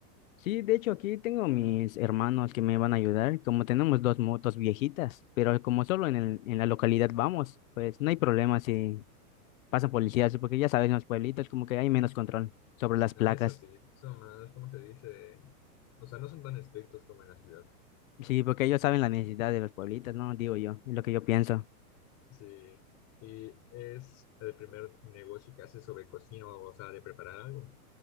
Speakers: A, on the left; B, on the left.
A: Sí, de hecho aquí tengo mis hermanos que me van a ayudar, como tenemos dos motos viejitas, pero como solo en el, en la localidad vamos, pues no hay problema si pasan policías, sí, porque ya saben, en los pueblitos como que hay menos control sobre las
B: Ah,
A: placas.
B: eso sí, son más, ¿cómo se dice? O sea, no son tan estrictos como en la ciudad.
A: Sí, porque ellos saben la necesidad de los pueblitos, ¿no? Digo yo, es lo que yo pienso.
B: Sí. Y es el primer negocio que hace sobre cocina, o sea, de preparar algo.